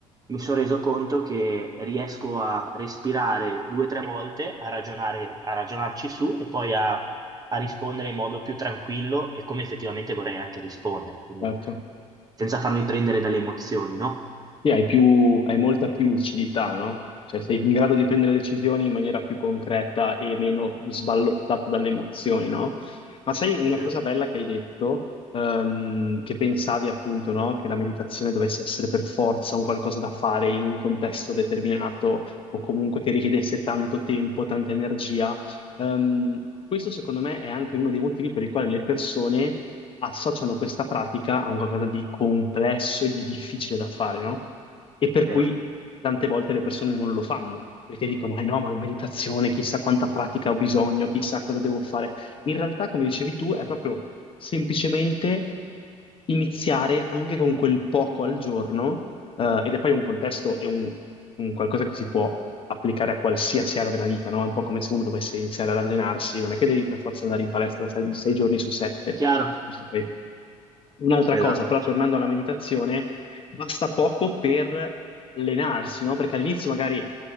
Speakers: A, on the right; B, on the left.
A: mi sono reso conto che riesco a respirare due o tre volte, a ragionare, a ragionarci su e poi a, a rispondere in modo più tranquillo e come effettivamente vorrei anche rispondere, quindi
B: Certo.
A: senza farmi prendere dalle emozioni, no?
B: Sì, hai più, hai molta più lucidità, no? Cioè sei in grado di prendere decisioni in maniera più concreta e meno sballottato dalle emozioni, no? Ma sai una
A: Vero?
B: cosa bella che hai detto, ehm, che pensavi appunto, no? Che la meditazione dovesse essere per forza un qualcosa da fare in un contesto determinato o comunque che richiedesse tanto tempo, tanta energia. Ehm, questo secondo me è anche uno dei motivi per i quali le persone associano questa pratica a un qualcosa di complesso e di difficile da fare, no? E per
A: Vero.
B: cui tante volte le persone non lo fanno, perché dicono, eh no, ma la meditazione, chissà quanta pratica ho bisogno, chissà cosa devo fare. In realtà, come dicevi tu, è proprio semplicemente iniziare anche con quel poco al giorno eh, ed è poi un contesto e un, un qualcosa che si può applicare a qualsiasi area della vita, no? È un po' come se uno dovesse iniziare ad allenarsi, non è che devi per forza andare in palestra sei, sei giorni su sette.
A: Chiaro?
B: Questo poi è Un'altra cosa,
A: Esatto.
B: però tornando alla meditazione, basta poco per allenarsi, no? Perché all'inizio magari